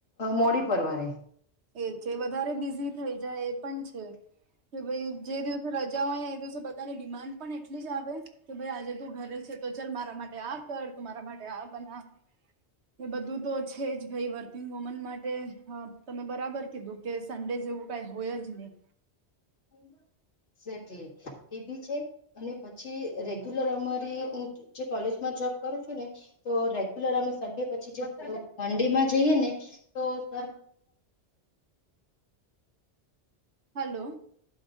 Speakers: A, on the left; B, on the right.
A: મોડી પરવારે
B: એ છે વધારે બિઝી થઈ એ પણ છે, કે ભ જે દિવસે રજા હોય દિવસે બધાની ડિમાન્ડ પણ એટલી જ આવે કે ભાઈ આજે તું ઘરે છે, તો ચાલ મારા માટે આપ કર તમારા માટે આ બનાવ એ બધું તો છે, જ ભાઈ વર્કિંગ વુમન માટે હ તમે બરાબર કીધું, કે સડે જેવું કઈ હોય જ નહી
A: એમ સેટલી એ બી છે, અને પછી રેગ્યુલર અમારી હુ, જે કોલેજમા જોબ કરું છુ, ને તો રેગ્યુલર અમે સન્ડે પછી મંડેમાં જઈએ ને તો <inaudible>
B: હલો